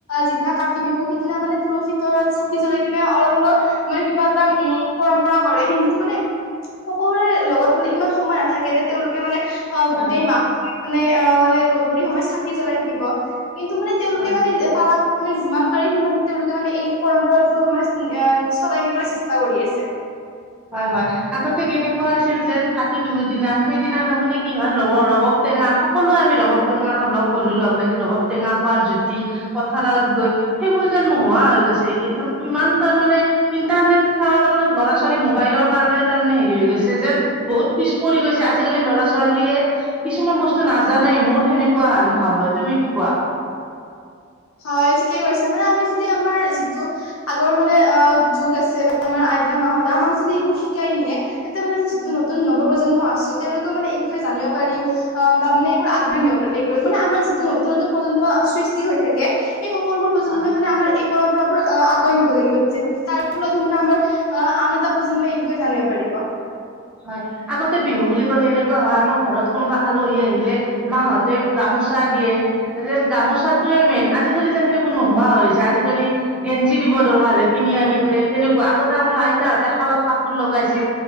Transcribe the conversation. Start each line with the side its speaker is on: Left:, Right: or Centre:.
Left: যিদিনা কাতি বিহু সিদিনা মানে তুলসী তলত চাকি জ্বলাই পিনে অলপ হলেও মানে কিবা উম পৰম্পৰা কৰে কিন্তু মানে সকলোৰে লগত মানে ইমান সময় নাথাকে যে তেওঁলোকে মানে অ
Centre: হয়
Left: গোটেই মাহটো মানে অ মানে গধূলি সময়ত চাকি জ্বলাই থাকিব কিন্তু মানে তেওঁলোকে
Centre: হয়
Left: মানে পাৰা মানে যিমান পাৰে সিমান তেওঁলোকে মানে এই পৰম্পৰাতটো মানে চলাই নিবলৈ চেষ্টা কৰি আছে
Centre: হয় হয় আগতে কেনেকুৱা আছিল যেন কাতি বিহুৰ দিনা সেইদিনা তাৰমানে কি হয় লগৰ লগ টেঙা সকলোৱে আমি ৰবাব টেঙা লগ বন্ধু লগ লাগি ৰবাব টেঙা খোৱাৰ জুতি পথাৰত গৈ সেইবোৰ যেন নোহোৱা হৈ গৈছে একদম ইমান তাৰ মানে ইন্টাৰনেট সেৱা ত মে ল'ৰা ছোৱালি ছোৱালী মোবাইলৰ কাৰণে তাৰ মানে হেৰি হৈ গৈছে যেন বহুত পিছ পৰি গৈছে আজিকালি ল'ৰা ছোৱালীয়ে কিছুমান বস্তু নাজানে মোৰ সেনেকুৱা হেন ভাৱ হয় তুমি কি কোৱা
Left: হয় ঠিকে কৈছা মানে আমি যদি আমাৰ যিটো আগৰ মানে অ যুগ আছে বা আমাৰ এ মাহ হ আমাক যদি এইবোৰ শিকাই নে তেন্ত মানে আমাক যদি সিকাই নিয়ে যিটো নতুন নৱ প্ৰজন্ম আছো তেওঁলোকও মানে এই বিষয়ে জান বা মানে এইবোৰ আগবাঢ়িব লাগিব মানে আমাৰ যিটো নতু নতুন প্ৰজন্মৰ সৃষ্টি হৈ থাকে সেই সকলোবোৰ প্ৰজন্মই
Centre: হয়
Left: মানে আমাৰ এই পৰম্পৰাবোৰ আহ আগুৱাই নিব লাগিব তাৰ ফলত মানে আমাৰ আহ আন এটা প্ৰজন্মই এই বিষয়ে জানিব পাৰিব বা
Centre: হয় আগতে বিহু বুলি ক'লে এনেকুৱা হয় আমাৰ ঘৰত কোনোবা আলহী আহিলে মাহঁতে গামোচা দিয়ে যেন গামোচাটোৱে মেইন আজিকালি যেন সেইবোৰ নোহোৱা হৈছে আজিকালি গেঞ্জি দিব দৰকাৰ হলে কিনি আনি পেলাই তেনেকুৱা আগতে আমাৰ আইতাহঁতে শালত কাপোৰ লগাইছিল